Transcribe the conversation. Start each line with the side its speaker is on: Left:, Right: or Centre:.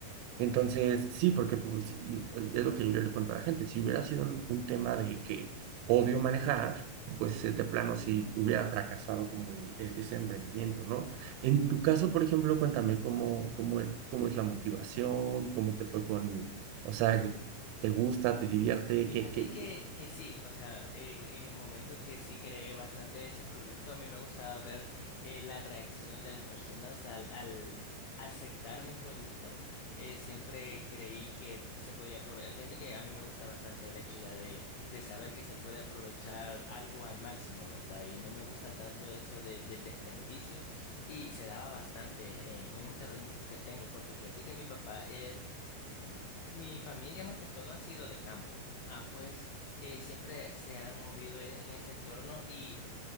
Left: Ok.
Right: Entonces, sí, porque pues, y- eh, es lo que yo le cuento a la gente. Si hubiera sido un, un tema de que odio manejar, pues eh, de plano sí hubiera fracasado como el- e- ese emprendimiento, ¿no? En tu caso, por ejemplo, cuéntame cómo, cómo es, cómo es la motivación, cómo te fue con, o sea, ¿te gusta, te divierte?
Left: Fíjate
Right: ¿Qué, qué,
Left: que,
Right: qué?
Left: que sí, o sea, eh, en el momento que sí creé bastante ese producto, a mí me gustaba ver eh, la reacción de las personas al, al aceptar mi producto. Eh, siempre creí que pues, se podía aprovechar. Fíjate que a mí me gusta bastante el hecho ya de, de saber que se puede aprovechar algo al máximo, ¿verdad? Y no me gusta tanto eso de- del desperdicio y se daba bastante en, en un terrenito que tengo, porque fíjate que mi papá... eh, mi familia más que todo ha sido de campo. Ah, pues eh, siempre se han movido en ese entorno y